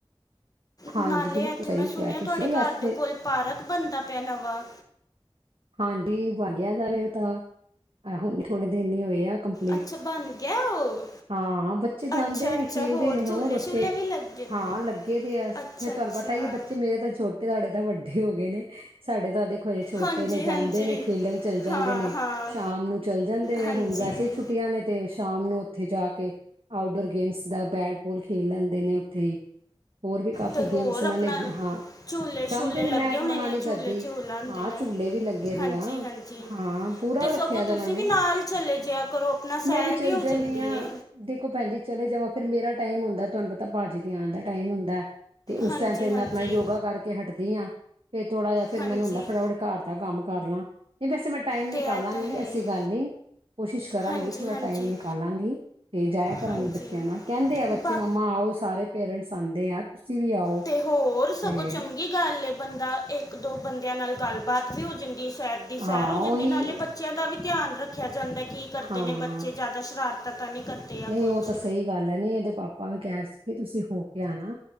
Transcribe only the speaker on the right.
ਹਾਂਜੀ,
ਬਿਲਕੁਲ
ਸਹੀ
ਕਿਹਾ
ਤੁਸੀਂ
ਵੈਸੇ
ਹਾਂਜੀ ਵੰਗਿਆ ਜਾਰੇ ਉਹ ਤਾਂ ਹੁਣ ਥੋੜੇ ਦਿਨ ਹੀ ਹੋਏ ਆ ਕੰਮਪ
ਹਾਂ ਬੱਚੇ ਜਾਂਦੇ
ਨੇ
ਖੇਲਦੇ ਨੇ ਹੋਰ
ਉੱਥੇ
ਹਾਂ ਲੱਗੇ ਦੇ ਆ
ਫਿਰ ਤੁਹਾਨੂੰ
ਪਤਾ ਹੀ ਹੈ ਬੱਚੇ ਮੇਰੇ ਤਾਂ ਛੋਟੇ ਤੁਹਾਡੇ ਤਾਂ ਵੱਡੇ ਹੋ ਗਏ ਨੇ ਸਾਡੇ ਤਾਂ ਦੇਖੋ ਹਜੇ ਛੋਟੇ
ਨੇ ਜਾਂਦੇ
ਨੇ ਖੇਲਣ ਚੱਲ ਜਾਂਦੇ
ਨੇ
ਸ਼ਾਮ ਨੂੰ ਚੱਲ ਜਾਂਦੇ ਨੇ
ਹੁਣ ਵੈਸੇ ਵੀ ਛੁੱਟੀਆਂ ਨੇ ਤੇ ਸ਼ਾਮ ਨੂੰ ਉੱਥੇ ਜਾ ਕੇ ਆਊਟਡੋਰ ਗੇਮਸ ਦਾ ਬੈਟਬੋਲ ਖੇਲ ਲੈਂਦੇ ਨੇ ਉੱਥੇ ਹੀ ਹੋਰ ਵੀ ਕਾਫ਼ੀ
ਗੇਮਸ
ਉਹਨਾਂ
ਨੇ ਹਾਂ
ਜਾਂਦੇ ਨੇ
ਮੈਂ ਤਾਂ
ਮਨਾ
ਨਹੀਂ
ਕਰਦੀ
ਹਾਂ
ਝੂਲੇ ਵੀ ਲੱਗੇ ਦੇ
ਆ
ਹਾਂ ਪੂਰਾ
ਰੱਖਿਆ
ਦਾ ਉਹਨਾਂ ਨੇ
ਮੈਂ
ਵੀ ਚੱਲ
ਜਾਂਦੀ ਹਾਂ
ਦੇਖੋ ਭੈਣ ਜੀ ਚਲੇ ਜਾਵਾਂ ਫਿਰ ਮੇਰਾ ਟਾਈਮ ਹੁੰਦਾ ਤੁਹਾਨੂੰ ਪਤਾ ਭਾਜੀ ਤੇ ਆਣ ਦਾ ਟਾਈਮ ਹੁੰਦਾ ਤੇ ਉਸ
ਟਾਈਮ ਫਿਰ
ਮੈਂ ਅਪਣਾ ਯੋਗਾ ਕਰਕੇ ਹਟਦੀ ਹਾਂ ਫਿਰ ਥੋੜਾ ਜਿਹਾ ਫਿਰ
ਮੈਨੂੰ ਹੁੰਦਾ ਫਟਾਫਟ ਘਰ ਦਾ ਕੰਮ ਕਰ ਲਾਂ ਨਹੀਂ ਵੈਸੇ ਮੈਂ ਟਾਈਮ
ਨਿਕਾਲਾਂਗੀ
ਐਸੀ
ਗੱਲ ਨਹੀਂ ਕੋਸ਼ਿਸ਼ ਕਰਾਂਗੀ
ਥੋੜਾ
ਟਾਈਮ ਨਿਕਾਲਾਂਗੀ ਤੇ ਜਾਇਆ ਕਰਾਂਗੇ,
ਬੱਚਿਆਂ ਨਾਲ, ਕਹਿੰਦੇ ਆ ਬੱਚੇ
ਮੰਮਾ ਆਓ ਸਾਰੇ ਪੇਰੈਂਟਸ ਆਂਦੇ ਆ, ਤੁਸੀਂ ਵੀ ਆਓ
ਤੇ
ਹਾਂ
ਉਹੀ
ਹਾਂ
ਨਹੀਂ
ਉਹ ਤਾਂ ਸਹੀ ਗੱਲ ਐ, ਨਹੀਂ ਇਹਦੇ ਪਾਪਾ ਵੀ ਕਹਿ ਰਹੇ ਸੀਗੇ ਤੁਸੀਂ ਹੋ ਕੇ ਆਣਾ